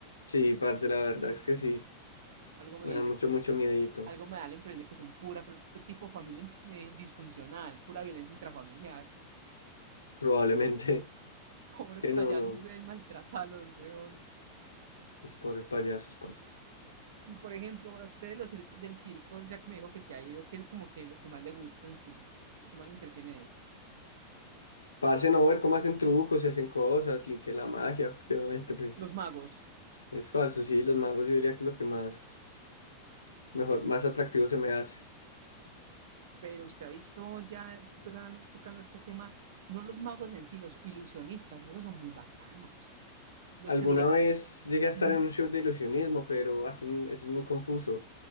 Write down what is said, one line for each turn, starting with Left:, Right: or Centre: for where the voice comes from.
Left: Sí, parce, la verdad es que sí.
Right: Algo me
Left: Me
Right: dice,
Left: dan mucho,
Right: que-
Left: mucho miedito.
Right: algo me da la impresión de que son pura fa- tipo familia eh, disfuncional, pura violencia intrafamiliar.
Left: Probablemente. <laughs>
Right: <laughs> Pobre
Left: Es que
Right: payasos
Left: no, no.
Right: deben maltratarlos, weón.
Left: Mis pobres payasos, parce.
Right: Y por ejemplo, para ustedes los cir- del circo, ya que me dijo que se ha ido, que es como que lo que más le gusta en sí, lo que más le entretiene es
Left: Parce, no ver cómo hacen trucos y hacen cosas y que la magia, porque obviamente, pues
Right: los magos.
Left: es falso. Sí, los magos yo diría que es lo que más, mejor, más atractivo se me hace.
Right: Pero usted ha visto ya tocando tocando este tema, no los magos en sí, los ilusionistas, esos son muy bacanos. los
Left: Alguna
Right: que directo.
Left: vez llegué a estar
Right: Ujú.
Left: en un show de ilusionismo, pero ah, eso es, muy eso es muy confuso.